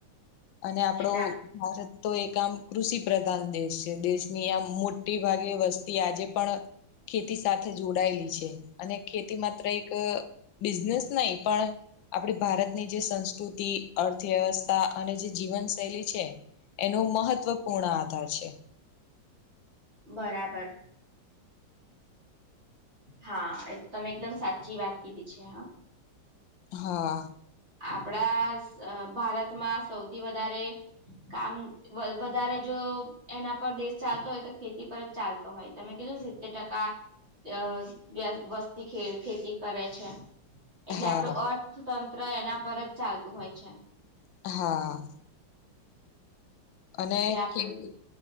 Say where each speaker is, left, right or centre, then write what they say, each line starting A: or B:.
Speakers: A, on the left; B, on the right.
A: અને આપડો
B: એટલે
A: ભારત તો એક આમ કૃષિ પ્રધાન દેશ છે દેશની આમ મોટી ભાગે વસ્તુ તે આજે પણ ખેતી સાથે જોડાયેલી છે અને ખેતી માત્ર એક બિઝનેસ નહી પણ આપડી ભારતની જે સંસ્કૃતિ, અર્થવ્યવસ્થા અને જે જીવન શૈલી છે એનો મહત્વપૂર્ણ આધાર છે
B: બરાબર હા, એ તમે એકદમ સાચી વાત કીધી છે
A: હા
B: આપડા ભારતમાં સૌથી વધારે કામ વલભ વધારે જો એના પર દેશ ચાલતો હોય તો ખેતી પર જ ચાલતો હોય, તમે કીધું સિત્તેર ટકા અ વ વસ્તી ખેતી કરે છે એટલે
A: હા
B: આપડું અર્થતંત્ર એના પર ચાલતું હોય છે
A: હા અને,
B: એટલે આપડું
A: ખેતી